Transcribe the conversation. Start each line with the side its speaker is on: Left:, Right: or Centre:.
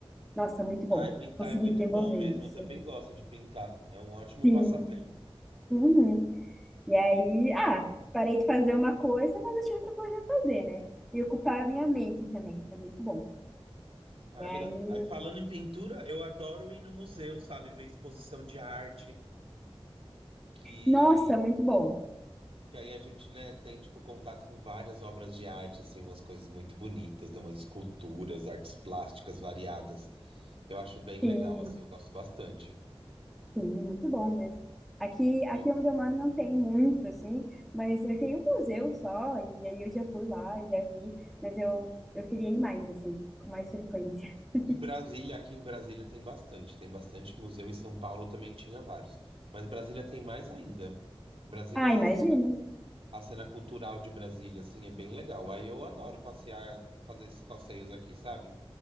Centre: nossa, muito bom.
Right: Ai, pintar
Centre: Consegui
Right: é muito
Centre: desenvolver
Right: bom mesmo.
Centre: isso.
Right: Eu também gosto de pintar. É um ótimo
Centre: Sim.
Right: passatempo.
Centre: Uhum. E aí, ah, parei de fazer uma coisa, mas achei outra coisa a fazer, né? E ocupar a minha mente também, que é muito bom.
Right: Ah,
Centre: E aí,
Right: legal. Aí, falando em pintura, eu adoro ir no museu, sabe? Ver exposição de arte, que,
Centre: Nossa, muito bom.
Right: que aí a gente, né, tem, tipo, contato com várias obras de arte, assim, umas coisas muito bonitas, né? Umas esculturas, artes plásticas variadas. Eu acho bem legal,
Centre: Sim,
Right: assim, eu gosto bastante.
Centre: sim, muito bom mesmo. Aqui,
Right: No-
Centre: aqui onde eu moro não tem muito, assim, mas tem um museu só, e aí eu já fui lá, e já vi, mas eu, eu queria ir mais, assim, com mais frequência. <laughs>
Right: em Brasília, aqui em Brasília tem bastante, tem bastante museu, em São Paulo também tinha vários, mas Brasília tem mais ainda. Brasília,
Centre: Ah, imagino.
Right: a cena, a cena cultural de Brasília, assim, é bem legal. Aí eu adoro passear, fazer esses passeios aqui, sabe?